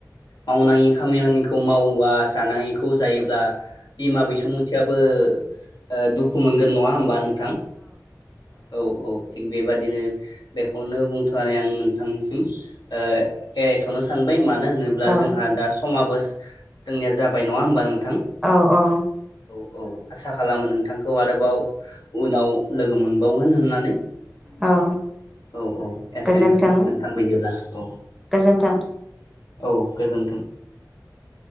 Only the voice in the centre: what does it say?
औ
अ अ
औ
गोजोन्थों
गोजोन्थों